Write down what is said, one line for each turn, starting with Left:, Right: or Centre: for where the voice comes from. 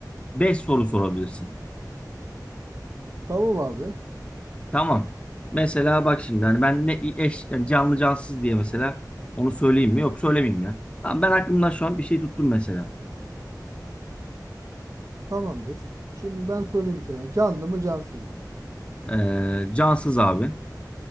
Left: 5 soru sorabilirsin.
Right: Tamam abi.
Left: Tamam. Mesela bak şimdi hani ben ne eş yani canlı cansız diye mesela onu söyleyeyim mi? Yok söylemeyeyim ya. Tamam, ben aklımdan şu an bir şey tuttum mesela.
Right: Tamamdır. Şimdi ben sorayım sana. Canlı mı cansız mı?
Left: Ee, cansız abi.